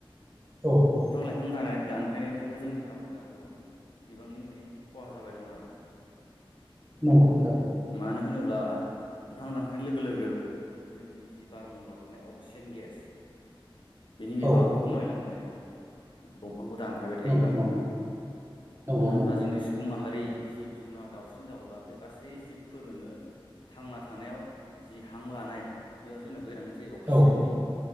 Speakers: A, on the right (about 25°); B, on the left (about 60°).
A: औ औ
B: बिफां लाइफां दानाय दान फायनायनिफ्रायबो जोंनि आबहावाया गोबां बिबांनि माने खहा जाबाय दं आरोना।
A: नंगौ थारैनो
B: मानो होनोब्ला बिफां दानफायनाय लोगो लोगो जोंनि जि बारमण्डलाव थानाय अक्सिजेन गेस बिनि बिबां
A: औ
B: <unintelligible> माने बेयो बिफांखौ दानफायबाय थायोबा
A: नंगौ नंगौ नंगौ
B: मानो होनबा
A: नंगौ
B: जोंनि सुबुं माहारि जिब जुनार दाउसिन दाउला बे गासै जिबफोरनोनो थांना थानायाव जि हां लानाय बेयाव जोंनो गोनां थि अक्सिजेननि
A: औ